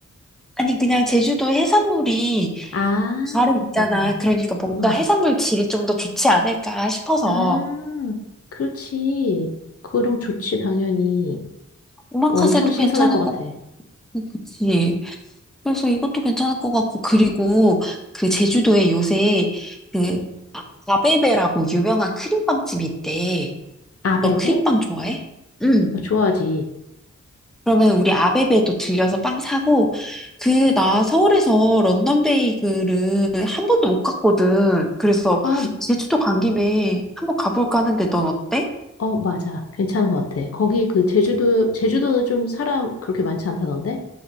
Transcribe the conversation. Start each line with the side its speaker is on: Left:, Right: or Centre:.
Centre: 아니, 그냥 제주도 해산물이
Left: 아,
Centre: 바로 있잖아.
Left: 맞아.
Centre: 그러니까 뭔가
Left: 어.
Centre: 해산물 질이 좀 더 좋지 않을까 싶어서.
Left: 아, 그렇지. 그럼 좋지, 당연히.
Centre: 오마카세도
Left: 엄청 신선할
Centre: 괜찮을
Left: 것 같아.
Centre: 것 같고, 그치? 그래서 이것도 괜찮을 것 같고, 그리고 그 제주도에 요새 그 아- 아베베라고 유명한 크림빵집이 있대.
Left: 아베베?
Centre: 너 크림빵 좋아해? 응.
Left: 어, 좋아하지.
Centre: 그러면 우리 아베베도 들려서 빵 사고, 그, 나 서울에서 런던 베이글을 한 번도 못 갔거든. 그래서
Left: 아,
Centre: 제주도 간 김에 한번 가볼까 하는데 넌 어때?
Left: 어, 맞아. 괜찮은 것 같아. 거기 그 제주도, 제주도는 좀 사람 그렇게 많지 않다던데?